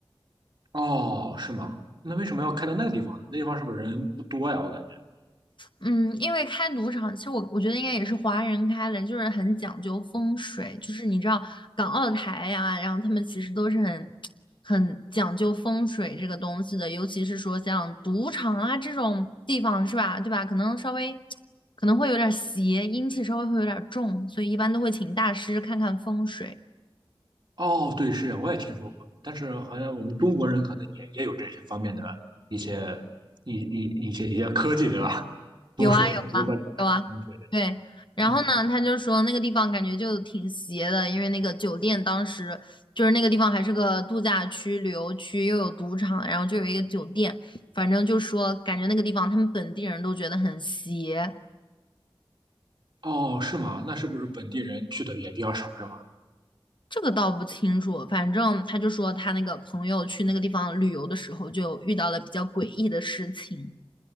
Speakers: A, on the right (about 55°); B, on the left (about 60°).
A: 哦，是吗？那为什么要开到那个地方呢？那地方是不是人不多呀？我感觉。
B: 嗯，因为开赌场，其实我我觉得应该也是华人开的，就是很讲究风水，就是你知道港澳台呀，然后他们其实都是很很讲究风水这个东西的，尤其是说像赌场啊这种地方是吧，对吧？可能稍微可能会有点邪，阴气稍微会有点重，所以一般都会请大师看看风水。
A: 哦，对，是，我也听说过，但是好像我们中国人可能也也有这些方面的一些一一一些一些科技，对吧？
B: 有啊有啊有啊，
A: 风水如何查风水
B: 对。
A: 的嗯，
B: 然后呢，他就说那个地方感觉就挺邪的，因为那个酒店当时就是那个地方还是个度假区、旅游区，又有赌场，然后就有一个酒店，反正就说感觉那个地方他们本地人都觉得很邪，
A: 哦，是吗？那是不是本地人去的也比较少，是吧？
B: 这个倒不清楚。反正他就说他那个朋友去那个地方旅游的时候，就遇到了比较诡异的事情。